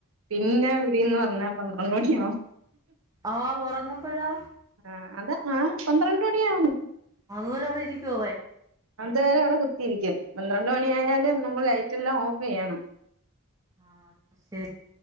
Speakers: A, on the right; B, on the right.
A: പിന്നെ വിളീന്ന് പറഞ്ഞാ പന്ത്രണ്ട് മണിയാവും
B: ആഹ് ഉറങ്ങുമ്പോഴാ
A: അഹ് ആഹ് അത് ആഹ് പന്ത്രണ്ട് മണിയാവും
B: അതുവരെ അവിടെ ഇരിക്കോ
A: അത് വരെ അവടെ കുത്തിയിരിക്കും പന്ത്രണ്ട് മണിയായാല് നമ്മൾ ലൈറ്റെല്ലാം ഓഫീയ്യണം
B: ആഹ് ശരി